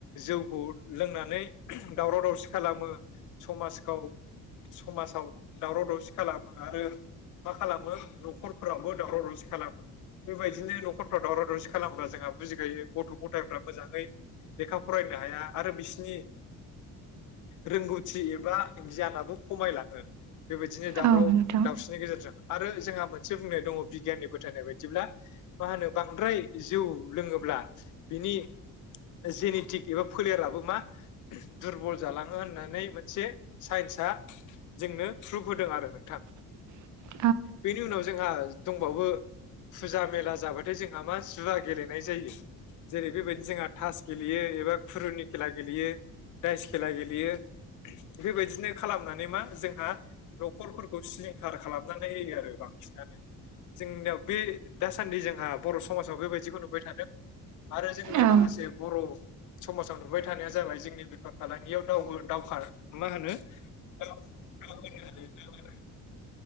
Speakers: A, on the left (about 55°); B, on the right (about 55°).
A: जौखौ लोंनानै दावराव दावसि खालामो। समाजखौ समाजाव दावराव दावसि खालामो आरो मा खालामो न'खरफोरावबो दावराव दावसि खालामो। बेबायदिनो न'खरफ्रा दावराव दावसि खालामब्ला जोंहा बुजिखायो गथ' गथायफ्रा मोजाङै लेखा फरायनो हाया। आरो बिसि नि रोंगौथि एबा गियानाबो खमायलांङो। बेबायदिनो दावराव
B: औ नोंथां
A: दावसिनि गेजेरजों आरो जोंहा मोनसे बुंनाय दंङ बिगियाननि फोथायनाय बायदिब्ला। मा होनो बांद्राय जौ लोंङोब्ला बिनि जेनेटिक एबा फोलेराबो मा दुरबल जालांङो होननानै मोनसे साइन्स आ जोंनो प्रुफ होदों आरो नोंथां।
B: <inaudible>
A: बेनि उनाव जोंहा दंबावो फुजा-मेला जाबाथाय जोंहा मा जुवा गेले नाय जायो जेरै बेबायदिनो जोंहा थास गेलेयो एबा खुरुनि खेला गेलेयो। दाइस खेला गेलेयो। बेबायदिनो खालामनानै मा जोंहा न'खरफोरखौ सिलिंखार खालामनानै होयो आरो बां सिनानो जोंनियाव बे दासान्दि जोंहा बर' समाजाव बेबायदिखौ नु बाय थादों आरो जोंनि
B: औ
A: माखासे बर' समाजाव नुबाय थानाया जाबाय जोंनि बेफार फालांगियाव दावो दावखार मा होनो औ दावबायनाय आरो दावगानाय